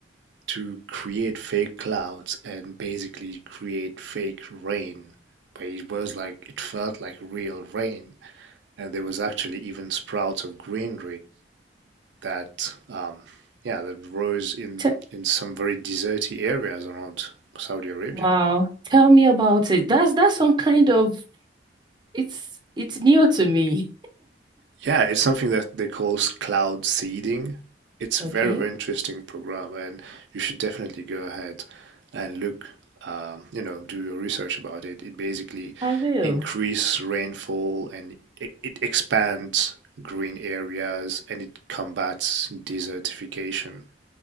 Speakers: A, on the right; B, on the right.
A: to create fake clouds and basically create fake rain. But it was like it felt like real rain, and there was actually even sprouts of green that, um, yeah, that rose in
B: Te
A: in some very deserty areas around Saudi Arabia.
B: wow. Tell me about it. That's that's some kind of it's it's new to me.
A: Yeah, it's something that they call s- cloud seeding. It's a
B: Okay,
A: very, very interesting program, and you should definitely go ahead and look, um, you know, do your research about it. It basically
B: I will.
A: increase rainfall and it, it expands green areas and it combats desertification.